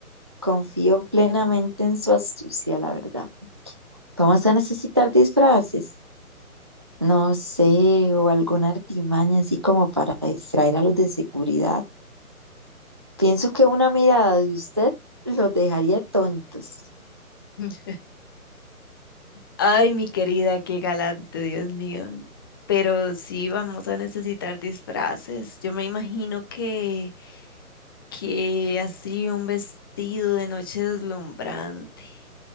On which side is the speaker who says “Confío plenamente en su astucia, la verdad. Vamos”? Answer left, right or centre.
Right